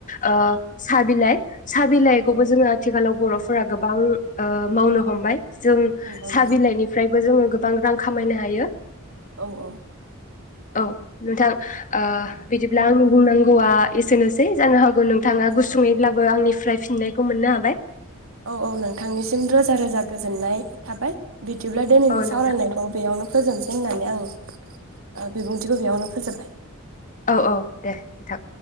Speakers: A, on the left; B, on the right.
A: ओ साबिलाय साबिलाइखौबो
B: औ औ
A: जोङो आथिखालाव बर'फोरा गोबां ओ मावनो हमबाय जों
B: नंगौ
A: साहा
B: नंगौ
A: बिलाइनि जोङो गोबां रां खामायनो हायो
B: औ औ
A: औ नोंथां ओ बिदिब्ला आंनि बुंनांगौआ एसेनोसै जानो हागौ नोंथाङा
B: औ
A: गुसुङैब्लाबो आंनि फ्राय फिननायखौ मोननो हाबाय
B: औ औ नोंथांनिसिम रोजा रोजा गोजोननाय थाबाय बिदिब्ला दिनैनि
A: औ
B: सावरायनांगौ
A: नोंथां
B: बेयावनो फोजोबनोसै होननानै आं ओ बिबुंथिखौ बेयावनो फोजोबबाय
A: औ औ दे नोंथां